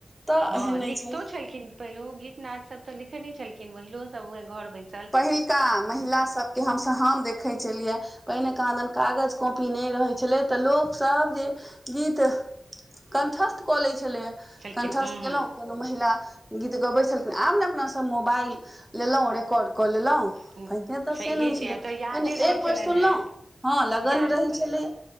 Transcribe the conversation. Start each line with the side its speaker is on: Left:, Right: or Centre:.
Centre: तऽ
Right: हँ
Centre: एहन
Right: लिखतो
Centre: नहि छै
Right: छलखिन पहिलो गीत नाद सब तऽ लिखने छलखिन महिलो सबह घर बैस
Centre: पहिलका महिला सभके छ त हम देखै छलियै पहिने कहाँदनि कागज कॉपी नहि रहै छलै तऽ लोकस जे गीत कण्ठस्थ कऽ लैत छलै
Right: छलखिन
Centre: कण्ठस्थ
Right: हूँ
Centre: केलहुँ कोनो महिला गीत गबै छलखिन आब ने अपनासँ मोबाइल लेलहुँ रेकॉर्ड कऽ लेलहुँ
Right: हूँ
Centre: पहिनेे तऽ
Right: सहिए
Centre: से नहि होइ छलै
Right: छै आब तऽ यादे
Centre: पहिने
Right: रहै
Centre: एक बेर
Right: छलनि
Centre: सुनलहुँ
Right: हेँ
Centre: हँ लगन
Right: याद
Centre: रहै
Right: कऽ
Centre: छलैए
Right: लेलहुँ